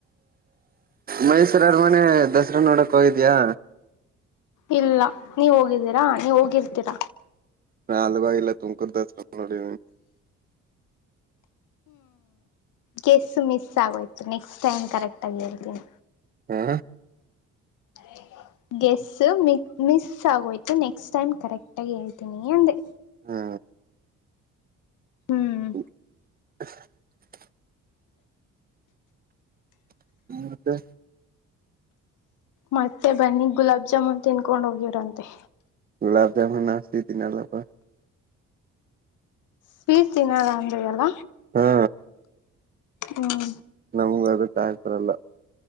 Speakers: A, on the right; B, on the left.
A: ಮೈಸೂರ ಅರಮನೆ ದಸರಾ ನೋಡಕ ಹೊದ್ಯಾ
B: ಇಲ್ಲ ನೀವ್ ಹೋಗಿದ್ದೀರಾ ನೀವ್ ಹೋಗಿರ್ತೀರಾ
A: ನ ಅಲಭಾಗಿಲ್ಲ ತುಂಬಕದ ಕ ನೋಡಿ
B: ಗೆಸ್ಸು ಮಿಸ್ ಆಗೋಯ್ತು ನೆಕ್ಸ್ಟ್ ಟೈಮ್ ಕರೆಕ್ಟ್ ಆಗಿ ಎತೀನಿ
A: ಹ
B: ಹ ಗೆಸ್ ಮ ಮಿಸ್ ಆಗೋಯ್ತು ನೆಕ್ಸ್ಟ್ ಟೈಮ್ ಕರೆಕ್ಟ್ಗಿ ಹೇಳ್ತೀನಿ ಅಂದ್ರೆ
A: ಹಾ
B: ಹ್ಮ್
A: ಹ ಮತ್ತೆ
B: ಮತ್ತೆ ಬನ್ನಿ ಗುಲಾಬ್ ಜಾಮೂನ್ ತಿನ್ಕೊಂಡ್ ಹೋಗವ್ರಂತೆ
A: ಗುಲಬ ಜಾಮುನ್ ಅಸಿ ತಿಿನಲ್ಲಪ
B: ಫೀಸ್ ತಿಿನಾರ ಅಂದ್ರ ಅಲ್ಲ
A: ಹಾ
B: ಹ್ಮ್
A: ನಮಗ ಅದಕ್ ಆಗ್ ಬರಲ್ಲ